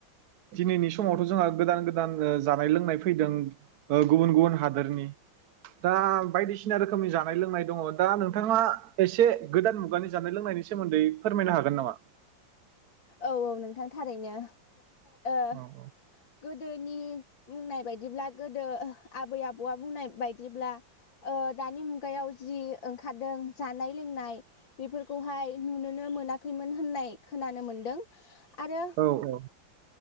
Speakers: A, on the right (about 65°); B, on the left (about 70°).
A: दिनैनि समावथ' जोंहा गोदान गोदान जानाय लोंनाय फैदों। गुबुन गुबुन हादोरनि दा बायदिसिना रोखोमनि जानाय लोंनाय दङ दा नोंथाङा एसे गोदान मुगानि जानाय लोंनायनि सोमोन्दै फोरमायनो हागोन नामा।
B: औ औ नोंथां थारैनो। ओ
A: औ
B: गोदोनि बुंनाय बायदिब्ला गोदो आबै आबौआ बुंनाय बायदिब्ला ओ दानि मुगायाव जि ओंखारदों जानाय लोंनाय बेफोरखौहाय नुनोनो मोनाखैमोन होननाय खोनानो मोनदों। आरो
A: औ